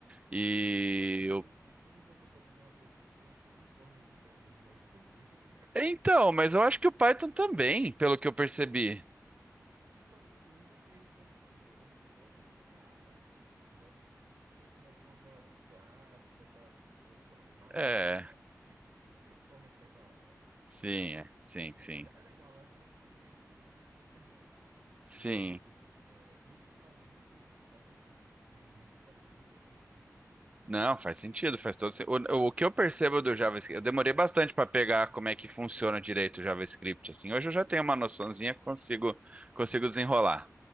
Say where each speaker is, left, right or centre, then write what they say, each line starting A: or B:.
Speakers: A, on the right; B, on the right.
A: e...
B: Só que o JavaScript
A: eu-
B: você pode dizer uma coisa de 500 mil formas diferentes, aí <laughs> complica.
A: Então, mas eu acho que o Python também, pelo que eu percebi.
B: de toda língua é meio flexível, mas assim, logo de cara, o JavaScript já começa com aquelas classes, aquelas coisas. Por exemplo, variável
A: É...
B: no JavaScript tem três formas de declarar, né?
A: Sim, é. Sim, sim.
B: É, é é legal, eu acho que é porque ele vem evoluindo com a internet.
A: Sim.
B: Mas é, isso, para mim, como estudante, às vezes de início pareceu meio difícil de entender.
A: Não, faz sentido, faz todo sentido. O, o que eu percebo do JavaScript, eu demorei bastante para pegar como é que funciona direito o JavaScript, assim. Hoje eu já tenho uma noçãozinha, consigo consigo desenrolar.